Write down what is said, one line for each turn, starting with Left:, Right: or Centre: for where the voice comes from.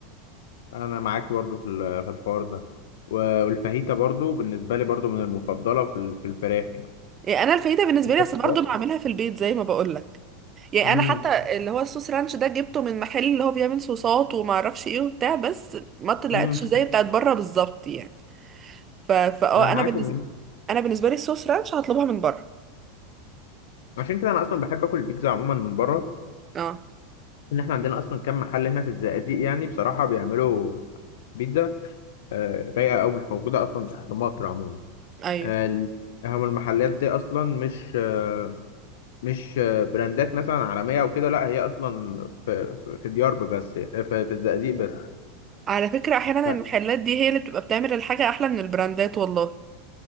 Left: انا معاك برضو في ال- في الحوار ده والفاهيتا برضو بالنسبه لي برضو من المفضله في ال- في الفراخ
Right: يعني انا الفايدة بالنسبة
Left: يعني
Right: لي اصل برضه بعملها في البيت زي ما بقول لك يعني
Left: امم
Right: انا حتى اللي هو الصوص رانش ده جبته من محل اللي هو بيعمل صوصات وما اعرفش ايه وبتاع بس ما طلعتش
Left: امم
Right: زي بتاعت بره بالظبط يعني ف... فاه
Left: انا معاك
Right: انا بالنسبة
Left: ان
Right: انا بالنسبة لي الصوص رانش هطلبها من بره
Left: عشان كده انا اصلا بحب اكل البيتزا عموما من بره
Right: اه
Left: ان احنا عندنا اصلا كم محل هنا في الزقازيق يعني بصراحه بيعملوا بيتزا آه، رايقه او مش موجوده اصلا في مصر عموما
Right: ايوه
Left: آه، ال- هم المحلات دي اصلا مش آه، مش آه، براندات مثلا عالميه او كده لا هي اصلا في في في ديار بس آه، في في الزقازيق بس
Right: على فكرة احيانا
Left: ف-
Right: المحلات دي هي اللي بتبقى بتعمل الحاجة احلى من البراندات والله